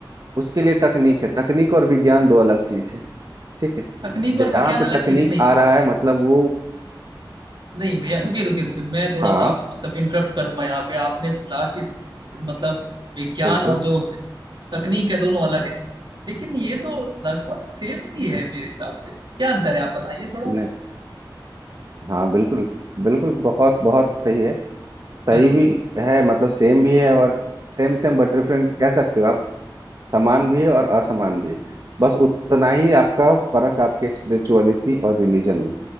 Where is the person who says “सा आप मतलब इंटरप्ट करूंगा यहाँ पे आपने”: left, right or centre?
Right